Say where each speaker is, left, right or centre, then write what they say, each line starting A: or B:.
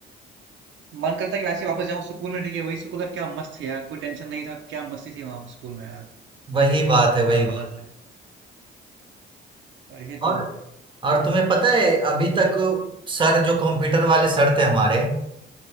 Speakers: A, on the right; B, on the right.
A: मन करता है कि वैसे ही वापस जाऊं स्कूल में ठीक है वही स्कूल लाइफ क्या मस्त थी यार कोई टेंशन नहीं था क्या मस्ती थी वहां स्कूल में यार
B: वही बात है
A: बड़ा
B: वही बात
A: मजा था और ये
B: और
A: तो
B: और तुम्हें पता है अभी तक सर जो कंप्यूटर वाले सर थे हमारे